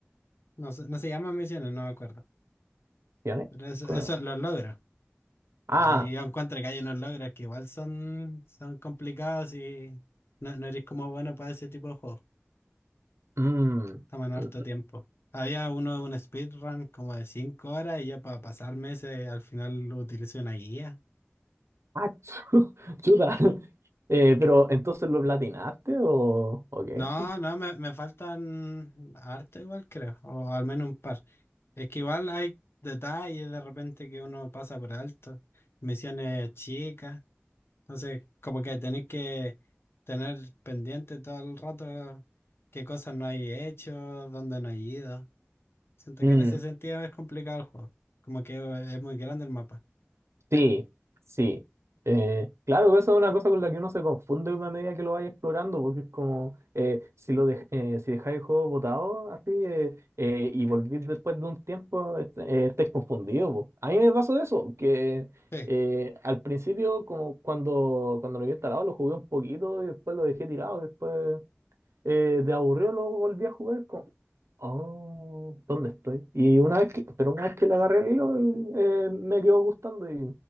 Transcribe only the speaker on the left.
No, se- no se llaman misiones, no me acuerdo.
Pero eso,
eso los logros.
Y yo encuentro que hay unos logros que igual son, son complicados y no, no eres como bueno para ese tipo de juegos.
Toman harto
tiempo. Había uno de un speedrun como de 5 horas y yo para pasarme ese al final utilicé una guía.
No, no, me, me faltan harto igual creo, o al menos un par. Es que igual hay detalles de repente que uno pasa por alto, misiones chicas, entonces como que tenéis que tener pendiente todo el rato qué cosas no hay hecho, dónde no hay ido. Siento
que en ese sentido es complicado el juego, como que es muy grande el mapa.
Sí.